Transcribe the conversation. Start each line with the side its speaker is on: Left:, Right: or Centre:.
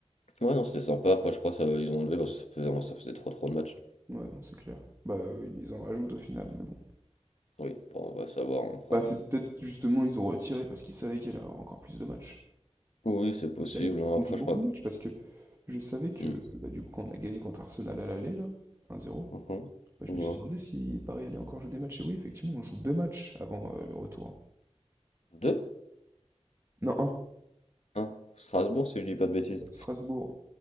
Left: Ouais, non, c'était sympa. Après, je crois que ça ils ont enlevé parce que ça faisait, ça faisait trop trop de matchs.
Right: Ouais, non, c'est clair. Bah oui, mais ils en rajoutent au final, mais bon.
Left: Oui, bon, on va savoir hein, après.
Right: Bah
Left: hein.
Right: c'est peut-être justement ils ont retiré parce qu'ils savaient qu'il y allait y avoir encore plus de matchs.
Left: Oui, c'est possible.
Right: Mais là, ça
Left: hein.
Right: qu'on
Left: Après,
Right: joue beaucoup
Left: je crois
Right: de
Left: que.
Right: matchs parce que je savais que
Left: Hmm.
Right: bah, du coup quand on a gagné contre Arsenal à l'aller là, un zéro
Left: Mhm.
Right: bah, je
Left: Dis-moi.
Right: me suis demandé si Paris allait encore jouer des matchs. Et oui, effectivement, on joue deux matchs avant euh, le retour.
Left: Deux?
Right: Non, un.
Left: Un Strasbourg, si je dis pas de bêtises.
Right: Strasbourg.